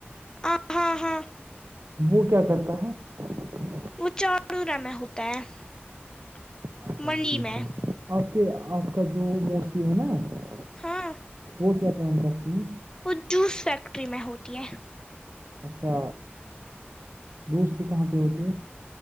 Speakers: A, on the left (about 20°); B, on the right (about 80°).
A: ہ ہاں ہاں <unintelligible>
B: وہ کیا کرتا ہے <unintelligible>
A: وہ چاروں رم ہوتا ہے <unintelligible>
B: اچھا
A: منڈی
B: ٹھیک
A: میں
B: ہے <unintelligible> کہ آپ کا جو موسی ہے نا <unintelligible>
A: ہاں <unintelligible>
B: وہ کیا کام کرتی ہ ہیں
A: وہ جوس فیکٹری میں ہوتی ہے <unintelligible>
B: اچھا دوست کہاں پہ ہوتے ہیں